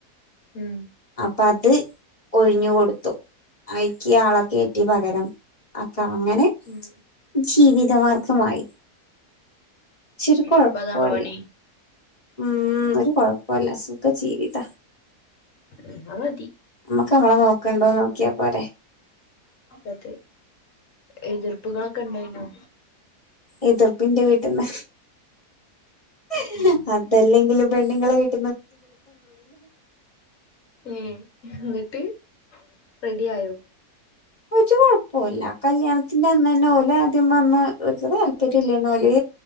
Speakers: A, on the left; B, on the left.
A: ഉം
B: അപ്പ അത് ഒഴിഞ്ഞു കൊടുത്തു അയ്ക്കി ആളൊക്കെ റ്റി പകരം അപ്പൊ അങ്ങനെ
A: ഉം
B: ജീവിതമാർഗമായി ച്ചൊരു കൊഴപ്പോല്ലാ
A: ഇപ്പൊ അതാണ് പണി
B: ഉം ഒരു കൊഴപ്പോല്ല സുഖ ജീവിത
A: ഉം ന്നാമതി
B: ക്കമ്മളെ നോക്ക്ണ്ടോ നോക്കിയാ പോരെ.
A: അതെ എതിർപ്പ്കളൊക്കെണ്ടെയ്നോ
B: എതിർപ്പിന്റെ വീട്ട്ന്ന് ഹ്
A: ഉം
B: അതല്ലെങ്കിലും പെണ്ണുങ്ങളെ വീട്ട
A: ഉം ന്ന്ട്ട് റെഡിയായോ
B: ഒരു കൊഴപ്പോല്ല കല്യാണത്തിന്റെ അന്നെന്നെ ഓലാദ്യം പർഞ്ഞു ഓര്ക്ക് താല്പര്യല്ലേന്നോല്